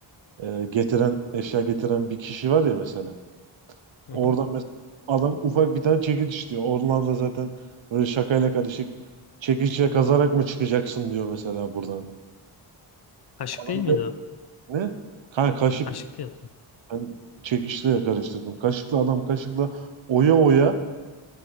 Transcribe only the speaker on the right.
e, getiren eşya getiren bir kişi var ya mesela.
Oradan
mesela adam ufak bir tane çekiç istiyor. Onlar da zaten böyle şakayla karışık çekiçle kazarak mı çıkacaksın diyor mesela buradan.
Adam
diyor,
ne? Ka kaşık
ben çekiçle karıştırdım. Kaşıkla adam kaşıkla oya oya